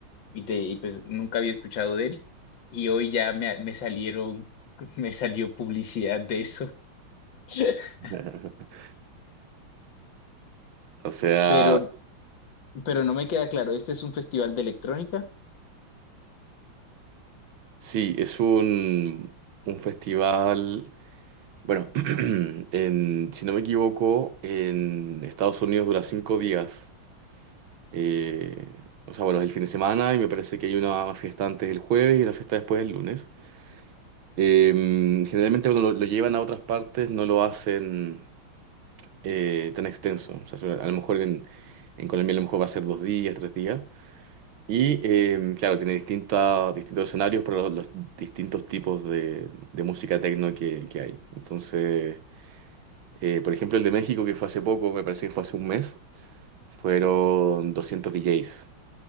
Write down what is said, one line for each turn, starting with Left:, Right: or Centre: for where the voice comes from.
Left: y, te, y pues nunca había escuchado de él. Y hoy ya me, me salieron, <laughs> me salió publicidad de eso. <laughs>
Right: <laughs> O sea,
Left: Pero, pero no me queda claro, ¿este es un festival de electrónica?
Right: sí, es un, un festival. Bueno, <clears throat> en, si no me equivoco, en Estados Unidos dura cinco días. Eh, o sea, bueno, es el fin de semana y me parece que hay una fiesta antes del jueves y una fiesta después del lunes. Eh, generalmente cuando lo, lo llevan a otras partes no lo hacen. eh, tan extenso. O sea, a lo mejor en, en Colombia a lo mejor va a ser dos días, tres días. Y eh, claro, tiene distinta- distintos escenarios para los, los distintos tipos de, de música techno que, que hay. Entonces, eh, por ejemplo, el de México que fue hace poco, me parece que fue hace un mes, fueron 200 DJs.